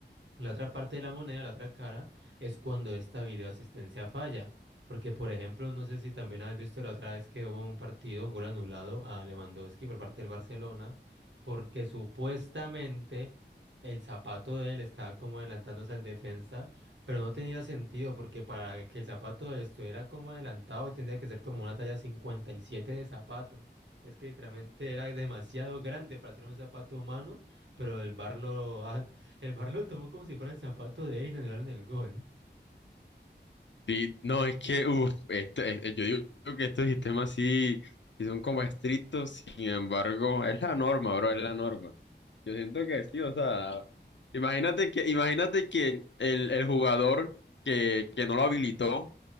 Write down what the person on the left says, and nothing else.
Y no, es que, uf, esto- eh, eh, yo digo que estos sistemas sí, sí son como estrictos, sin embargo, <laughs> es la norma, bro, es la norma. Yo siento que sí, o sea, imagínate que, imagínate que el, el jugador que, que no lo habilitó